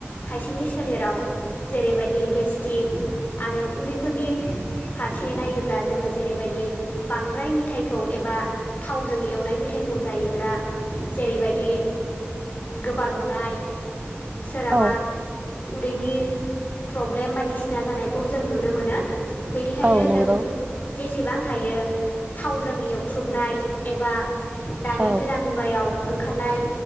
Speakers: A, on the left; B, on the right.
A: खायसेनि सोलेराव जेरैबायदि गेस्ट्रिक आरो उन्दैफोरनि फारसे नायोब्ला जोङो जेरैबायदि बांद्राय मिथाइखौ एबा थावजों एवनाय मेथायाइखौ जायोब्ला जेरैबायदि गोबाल'नाय सोरहाबा
B: औ
A: उदैनि प्रब्लेम बायदिसिना जानायखौ जों नुनो मोनो बेनिखायनो
B: औ नंगौ
A: जों जेसेबां हायो थावजों एवख्रुबनाय एबा दानि
B: औ
A: गोदान मुगायाव ओंखारनाय